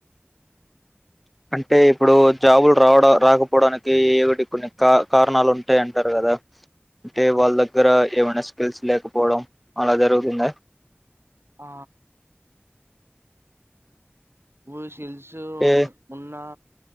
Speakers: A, in the centre; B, on the right (about 80°).
A: అంటే ఇప్పుడు జాబులు రావడం రాకపోవడానికి ఏమిటి కొన్ని కా కారణాలు ఉంటాయ అంటారు కదా అంటే వాళ్ళ దగ్గర ఏమైనా స్కిల్స్ లేకపోవడం అలా జరుగుతుందా
B: ఆ ఉ షల్
A: అంటే
B: ఉ ఉన్న